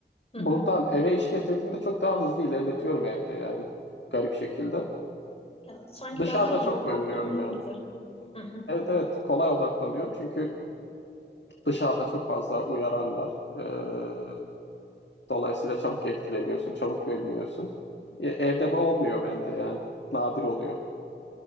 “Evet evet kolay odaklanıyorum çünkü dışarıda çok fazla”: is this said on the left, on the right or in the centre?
Left